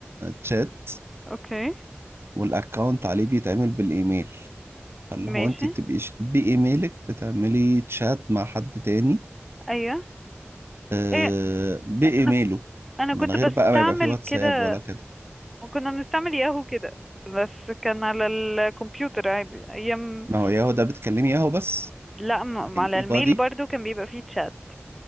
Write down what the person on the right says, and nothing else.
تشات
والاكونت عليه بيتعمل بالايميل فاللي هو
انت بتبقي ش- بايميلك بتعملي تشات مع حد تاني
آه،
بايميله
من
غير
بقى ما يبقى فيه واتساب
ولا كده
ما هو ياهو ده بتكلمي ياهو بس
لكن
اي
بادي